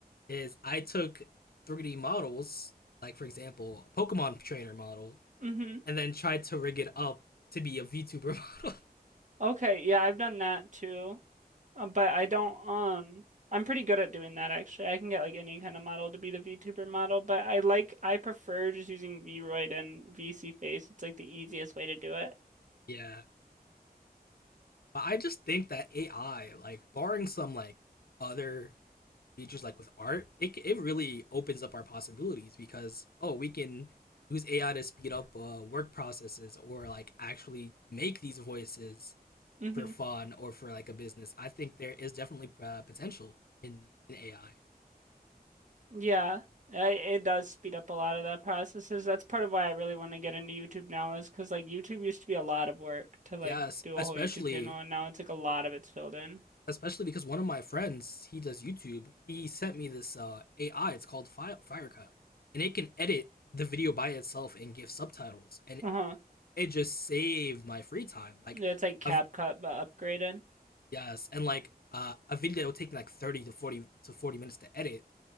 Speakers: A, on the left (about 65°); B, on the right (about 50°).
A: is I took 3D models, like for example, a Pokemon trainer model,
B: hmm
A: and then tried to rig it up to be a VTuber model.
B: Okay, yeah, I've done that too. Um, but I don't um I'm pretty good at doing that actually. I can get like any kind of model to be the VTuber model, but I like I prefer just using Vroid and VC Face. It's like the easiest way to do it.
A: <laughs> yeah, but I just think that AI, like barring some like other features like with art, it it really opens up our possibilities because oh, we can use AI to speed up uh, work processes or like actually make these voices
B: hmm
A: for fun or for like a business. I think there is definitely uh, potential in in AI.
B: Yeah, I- it does speed up a lot of the processes. That's part of why I really want to get into YouTube now is because like YouTube used to be a lot of work to like
A: Yes,
B: do
A: especially
B: a whole YouTube channel, and now it's like a lot of it's filled in.
A: especially because one of my friends he does YouTube. He sent me this uh, AI. It's called Fi- Firecut, and it can edit the video by itself and give subtitles, and
B: Uh-huh.
A: it just saved my free time. Like
B: Yeah, It's like CapCut
A: I've,
B: but upgraded.
A: Yes, and like uh, a video that will take like thirty to forty to forty minutes to edit,